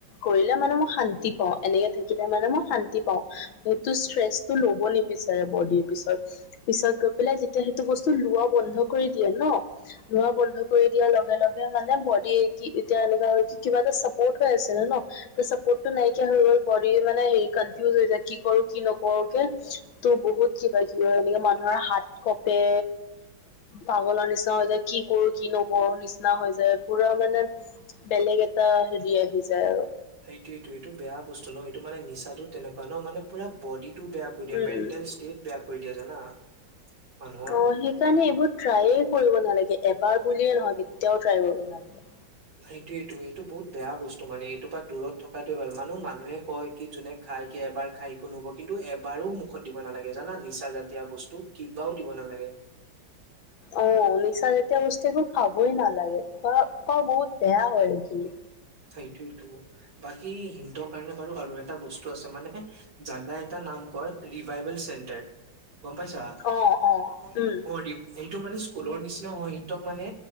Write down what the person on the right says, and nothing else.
সেইটোৱেটো সেইটো বেয়া বস্তু ন। এইটো মানে নিচা তেনেকুৱা ন মানে পুৰা বডিটো বেয়া কৰি দিয়ে
মেণ্টেল ষ্টেট বেয়া কৰি দিয়ে জানা। মানুহৰ
অ <inaudible> সেইটোয়েইটো এইটো বহুত বেয়া বস্তু মানে এইটোপা দূৰত থকাৱে ভাল মানেহ মানুহে কয় কি যোনে- খাই কে এবাৰ খাই একো নুব কিন্তু এবাৰো মুখত দিব নালাগে জানা নিচা জাতীয় বস্তু কিবাও দিব নালাগে। <inaudible>
সেইটোৱেটো বাকী হিনতৰ কাৰণে বাৰু আৰু এটা বস্তু আছে। মানে জাগা এটা নাম কৰ ৰিভাইবল চেণ্টাৰ গম পাইছা।
অ
এইটো মানে স্কুলৰ নিচিনা হয় সিহঁতক মানে।